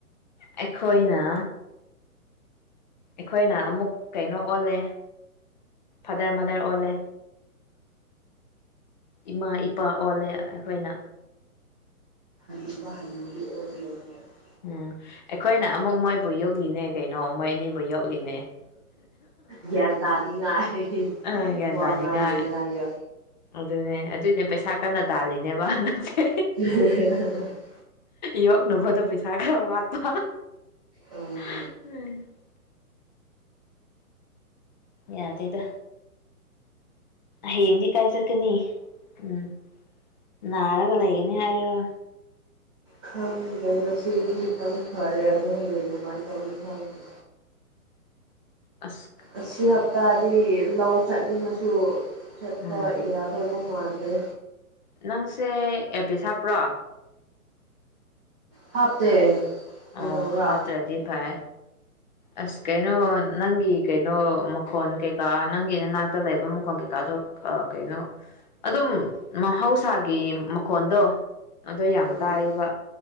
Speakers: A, on the left (about 30°); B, on the right (about 15°).
A: ꯑꯩꯈꯣꯏꯅ ꯑꯩꯈꯣꯏꯅ ꯑꯃꯨꯛ ꯀꯩꯅꯣ ꯑꯣꯜꯂꯦ ꯐꯥꯗꯔ ꯃꯥꯗꯔ ꯑꯣꯜꯂꯦ ꯏꯃꯥ ꯏꯄꯥ ꯑꯣꯜꯂꯦ ꯑꯩꯈꯣꯏꯅ
B: <unintelligible>
A: ꯎꯝ ꯑꯩꯈꯣꯏꯅ ꯑꯃꯨꯛ ꯃꯣꯏꯕꯨ ꯌꯣꯛꯂꯤꯅꯦ ꯀꯩꯅꯣ ꯃꯣꯏ ꯑꯅꯤꯕꯨ ꯌꯣꯛꯂꯤꯅꯦ
B: ꯒ꯭ꯌꯥꯟ ꯇꯥꯅꯤꯡꯉꯥꯏ
A: ꯑꯥ ꯒ꯭ꯌꯥꯟ
B: ꯋꯥ
A: ꯇꯥꯅꯤꯡꯉꯥꯏ
B: ꯉꯥꯡꯉꯤꯅꯦ ꯍꯥꯏꯌꯣ
A: ꯑꯗꯨꯅꯦ ꯑꯗꯨꯏꯅꯦ ꯄꯩꯁꯥ ꯀꯟꯅ ꯇꯥꯜꯂꯤꯅꯦꯕ ꯅꯪꯁꯦ
B: <unintelligible>
A: ꯌꯣꯒꯅꯕꯗꯣ ꯄꯩꯁꯥ ꯈꯔꯥ ꯋꯥꯠꯄ
B: ꯎꯝ
A: <unintelligible> ꯌꯥꯗꯦꯗ ꯍꯌꯦꯡꯗꯤ ꯀꯥꯏ ꯆꯠꯀꯅꯤ ꯎꯝ ꯅꯥꯔꯒ ꯂꯩꯒꯅꯤ ꯍꯥꯏꯔꯣ
B: ꯈꯪꯗꯦ ꯉꯁꯤꯗꯤ ꯈꯤꯇꯪ ꯐꯔꯦ ꯑꯗꯣ ꯍꯌꯦꯡ ꯀꯃꯥꯏꯟ ꯇꯧꯅꯤ ꯈꯪꯗꯦ
A: ꯑꯁ
B: ꯑꯁꯤ ꯍꯞꯇꯥꯗꯤ ꯂꯧ ꯆꯠꯅꯤꯡꯉꯁꯨ ꯆꯠꯄ
A: ꯎꯝ
B: ꯌꯥꯗꯧꯕ ꯃꯥꯟꯗ꯭ꯔꯦ
A: ꯅꯪꯁꯦ ꯑꯦꯄꯤꯁ ꯍꯥꯞꯄ꯭ꯔꯣ
B: ꯍꯥꯞꯇꯦ ꯀꯩꯗꯧꯕ꯭ꯔꯥ
A: ꯑꯣ ꯍꯥꯞꯇ꯭ꯔꯗꯤ ꯐꯔꯦ ꯑꯁ ꯀꯩꯅꯣ ꯅꯪꯒꯤ ꯀꯩꯅꯣ ꯃꯈꯣꯟ ꯀꯩꯀꯥ ꯅꯪꯒꯤ ꯅꯅꯥꯛꯇ ꯂꯩꯕ ꯃꯈꯣꯟ ꯀꯩꯀꯥꯗꯣ ꯑ ꯀꯩꯅꯣ ꯑꯗꯨꯝ ꯃꯍꯧꯁꯥꯒꯤ ꯃꯈꯣꯟꯗꯣ ꯑꯗꯣ ꯌꯥꯝ
B: ꯎꯝ
A: ꯇꯥꯏꯌꯦꯕ